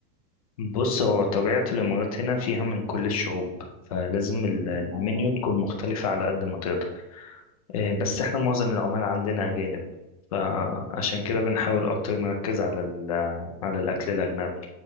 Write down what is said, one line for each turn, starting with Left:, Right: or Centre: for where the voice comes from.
Left: بص هو طبيعه الامارات هنا فيها من كل الشعوب فلازم ال-
Right: امم
Left: المنيو
Right: انا فاهم
Left: تكون مختلفه على قد ما تقدر آه، بس
Right: امم
Left: احنا معظم العمال عندنا أجانب فعشان كده بنحاول أكتر نركز على ال- على الأكل الأجنبي